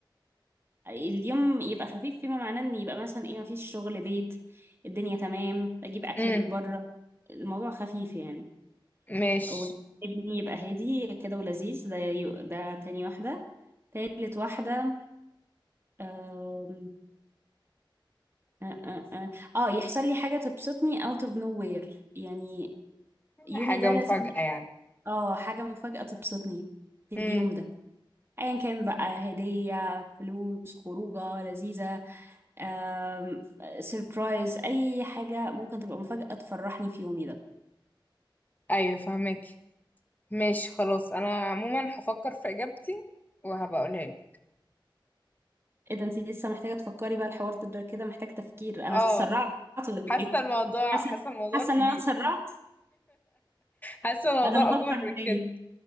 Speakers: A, on the right (about 30°); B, on the left (about 20°).
A: اليوم يبقى خفيف فيما معناه ان يبقى مثلا ايه مفيش شغل بيت الدنيا تمام اجيب اكل
B: امم
A: من بره الموضوع خفيف يعني
B: ماشي
A: او ابني يبقى هادي كده ولذيذ ده يو- ده تاني واحدة تالت واحدة آم، آه, آه, آه, اه يحصل لي حاجة تبسطني out of nowhere يعني يومي
B: حاجة
A: ده
B: مفاجأة
A: لازم
B: يعني
A: اه حاجة مفاجأة تبسطني في
B: امم
A: اليوم ده ايا كان بقى هدية فلوس خروجة لذيذة آم، سيربرايز اي حاجه ممكن تبقى مفاجاه تفرحني في يومي ده
B: ايوه فهمك ماشي خلاص انا عموما هفكر في اجابتي وهبقى اقولها لك
A: ايه ده انت لسه محتاجه تفكري بقى الحوار ده كده محتاج تفكير
B: اه
A: انا اتسرعت ولا
B: حاسة
A: ايه
B: الموضوع
A: حاسه
B: حاسة الموضوع
A: حاسه
B: كبير
A: ان انا اتسرعت
B: حاسة الموضوع
A: لا ده انا
B: اكبر
A: هفكر
B: من
A: تاني
B: كده